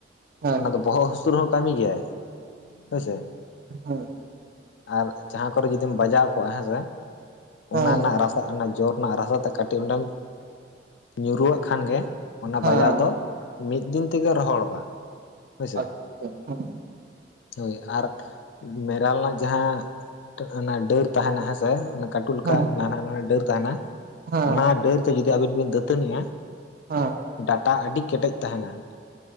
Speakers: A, on the right (about 55°); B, on the left (about 80°).
A: ᱦᱮᱸ
B: ᱚᱱᱟ ᱫᱚ ᱵᱚᱦᱚᱜ ᱦᱟᱹᱥᱩ ᱞᱩᱛᱩᱨ ᱨᱮᱦᱚᱸ ᱠᱟᱹᱢᱤ ᱜᱮᱭᱟᱭ ᱦᱳᱭ ᱥᱮ
A: ᱦᱮᱸ
B: ᱟᱨ ᱡᱟᱦᱟᱸ ᱠᱚᱨᱮ ᱡᱩᱫᱤᱢ ᱵᱟᱡᱟᱣ ᱠᱚᱜᱼᱟ ᱦᱮᱸᱥᱮ
A: ᱦᱮᱸ
B: ᱚᱱᱟ ᱨᱮᱱᱟᱜ ᱨᱟᱥ ᱚᱱᱟ ᱡᱚ ᱨᱮᱱᱟᱜ ᱨᱟᱥᱟ ᱛᱮ ᱠᱟᱹᱴᱤᱡ ᱚᱸᱰᱮᱢ ᱧᱩᱨᱩᱣᱟᱜ ᱠᱷᱟᱱ ᱜᱮ ᱚᱱᱟ
A: ᱦᱮᱸ
B: ᱵᱟᱡᱟᱣ ᱫᱚ ᱢᱤᱫ ᱫᱤᱱ ᱛᱮᱜᱮ ᱨᱚᱦᱚᱲᱚᱜᱼᱟ ᱦᱳᱭ ᱥᱮ
A: ᱟᱪᱪᱷᱟ ᱦᱮᱸ
B: ᱦᱳᱭ ᱟᱨ ᱢᱮᱨᱟᱞ ᱨᱮᱱᱟᱜ ᱡᱟᱦᱟᱸ ᱚᱱᱟ ᱰᱟᱹᱨ ᱛᱟᱦᱮᱱᱟ ᱦᱮᱸᱥᱮ ᱚᱱᱟ ᱠᱟᱹᱴᱤᱡ ᱠᱟᱴᱩᱜ ᱞᱮᱠᱟ
A: ᱦᱮᱸ
B: ᱱᱟᱦᱟᱸ ᱱᱟᱦᱟᱸ ᱰᱟᱹᱨ ᱛᱟᱦᱮᱱᱟ
A: ᱦᱮᱸ
B: ᱚᱱᱟ ᱰᱟᱹᱨ ᱛᱮ ᱡᱩᱫᱤ ᱟᱹᱵᱤᱱ ᱵᱤᱱ ᱫᱟᱹᱛᱟᱹᱱᱤᱜᱼᱟ
A: ᱦᱮᱸ
B: ᱰᱟᱴᱟ ᱟᱹᱰᱤ ᱠᱮᱴᱮᱡ ᱛᱟᱦᱮᱱᱟ᱾